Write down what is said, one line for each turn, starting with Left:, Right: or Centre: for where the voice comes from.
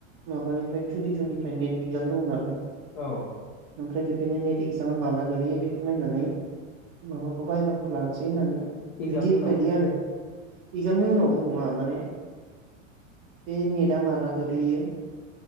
Right: माबानिफ्राय टुइनटि टुनिफ्राय नेट इगजाम दङ नालाय। ओमफ्राय
Left: औ
Right: बि खायनो नेट इक्जामा माला गोलैयो बेखौ नायनानै माबा खौ बायबाखौ लानोसै होननानै
Left: एगजामनि
Right: बिदि
Left: उनाव
Right: बायदि आरो इगजामनि उनावबो नङा माने बे नेटआ माला गोग्लैयो